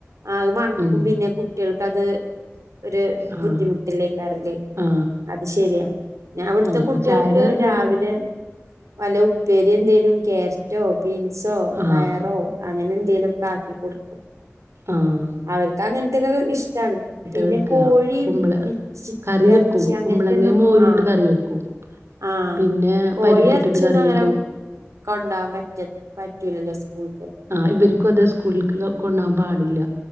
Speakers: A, on the right (about 90°); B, on the right (about 55°).
A: ആ അത് മണക്കും
B: ഉം
A: പിന്നെ കുട്ടികൾക്കത് ഒരു
B: ആ
A: ബുദ്ധിമുട്ടും വട്ടിലേക്കാറല്ലേ
B: ആ
A: അത് ശെരിയാ ഞാ അവിടുത്തെ
B: ആ
A: കുട്ടികൾക്ക്
B: ചായയുടെ കടിയൊന്നും
A: രാവിലെ വല ഉപ്പേരി എന്തേലും ക്യാരറ്റോ ബീൻസോ
B: ആ
A: പയറോ അങ്ങനെ എന്തേലും കാട്ടി കൊടുക്കും
B: ആഹ്
A: അവർക്ക് അങ്ങനത്തൊക്കെ ഇഷ്ടാണ് പിന്നെ
B: വെക്കുക
A: കോഴി
B: കുമ്പള
A: പിച്ചി
B: കറി വെക്കും
A: ച്ചി അങ്ങനത്തെ
B: കുമ്പളങ്ങ
A: ഒന്നും
B: മോരൂട്ട്
A: ആ
B: കറി വെക്കും
A: ആഹ്
B: പിന്നെ
A: കോഴി
B: പരിപ്പിട്ടിട്ട്
A: ഇറച്ചി
B: കറി
A: ഒന്നും അങ്ങനെ
B: വെക്കും
A: കൊണ്ടുപോവാൻ പറ്റ പറ്റൂലല്ലോ സ്കൂൾക്ക്?
B: ആ ഇവർക്കും അത് സ്കൂളിലേക്കോ ക്കെ കൊണ്ടുപോവാൻ പാടില്ല.